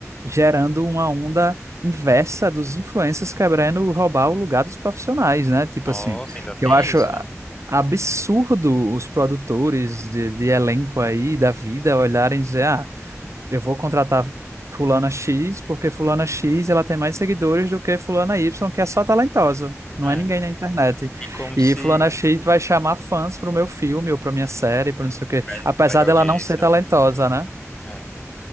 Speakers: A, on the right; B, on the left.
A: gerando uma onda inversa dos influencers quebrando roubar o lugar dos profissionais, né? Tipo
B: Nossa,
A: assim,
B: ainda tem
A: que eu acho
B: isso,
A: a-
B: né?
A: absurdo os produtores de, de elenco aí da vida olharem e dizer, ah, eu vou contratar fulana X porque fulana X ela tem mais seguidores do que fulana Y, que é só talentosa. Não
B: É.
A: é ninguém na internet.
B: E como
A: E
B: se.
A: fulana X vai chamar fãs pro meu filme ou pra minha série, para não sei o quê,
B: Vai
A: apesar
B: atrair audiência.
A: dela não ser talentosa,
B: né?
A: né?
B: É.